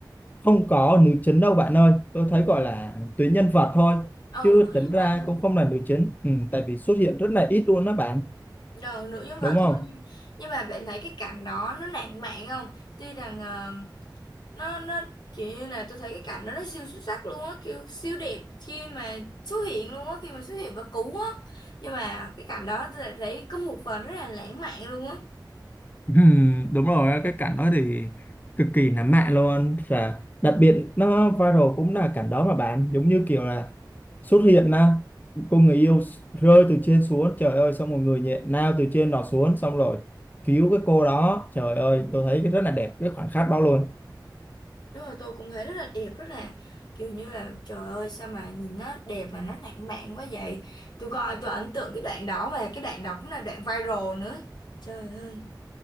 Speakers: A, on the left; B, on the left.
A: không có nữ chính đâu bạn ơi tôi thấy gọi là tuyến nhân vật thôi
B: Ồ
A: chứ
B: nữ nhân
A: tính ra
B: vật thôi.
A: cũng không là nữ chính ừ, tại vì xuất hiện rất là ít luôn đó bạn
B: Đầu nữ nhân vật
A: đúng không
B: thôi nhưng, nhưng mà bạn thấy cái cảnh đó nó lãng mạn không? Tuy rằng à, nó nó kiểu như là tôi thấy cái cảnh đó nó siêu xuất sắc luôn á, kiểu siêu đẹp khi mà xuất hiện luôn á, khi mà xuất hiện và cứu á. Nhưng mà cái cảnh đó tôi lại thấy có một phần rất là lãng mạn luôn á.
A: Ừm, đúng rồi cái cảnh đó thì cực kỳ nắm mạng luôn và đặc biệt nó viral cũng là cảnh đó mà bạn giống như kiểu là xuất hiện là cô người yêu rơi từ trên xuống trời ơi xong một người nhẹ nào từ trên đó xuống xong rồi cứu cái cô đó trời ơi tôi thấy cái rất là đẹp cái khoảnh khắc đó luôn
B: Đúng rồi, tôi cũng thấy rất là đẹp, rất là kiểu như là trời ơi sao mà nhìn nó đẹp mà nó lãng mạn quá vậy. Tôi coi tôi ấn tượng cái đoạn đó và cái đoạn đó cũng là đoạn viral nữa. Trời ơi.